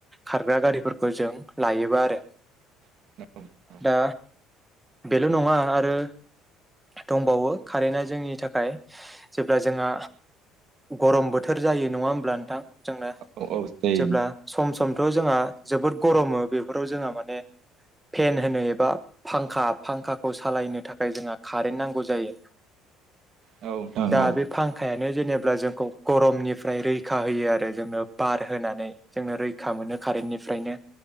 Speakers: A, in the centre; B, on the right.
A: खारग्रा गारिफोरखौ जों लायोबा आरो।
B: <inaudible>
A: दा बेल' नङा आरो दंबावो। कारेन्टआ जोंनि थाखाय जेब्ला जोंहा गरम बोथोर जायो। नङा होमब्ला नोंथां? जोंनो
B: औ औ जायो
A: जेब्ला सम समथ' जोंहा जोबोद गरमो बेफोराव जोंहा माने फेन होनो एबा फांखा फांखाखौ सालायनो थाखाय जोंहा कारेन्ट नांगौ जायो।
B: नोंथां औ नोंथां
A: दा बे फांखाया यानो जेनेब्ला जोंखौ गरमनिफ्राय रैखा होयो आरो जोंनो बार होनानै जोंनो रैखा मोनो कारेनिफ्रायनो